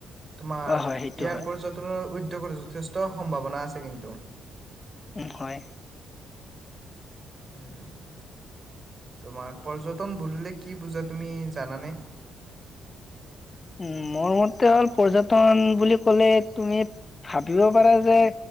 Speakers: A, on the right; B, on the left.
A: তোমাৰ
B: অ হয় সেইটো
A: ইয়াৰ
B: হয়
A: পৰ্যটনৰ উদ্যোগৰ যথেষ্ট সম্ভাৱনা আছে কিন্তু।
B: উম ম, হয়।
A: উম, তোমাৰ পৰ্যটন বুলিলে কি বুজা তুমি জানানে?
B: উ, মোৰ মতে হল মোৰ মতে হ'ল পৰ্যটন বুলি কলে তুমি ভাবিব পাৰা যে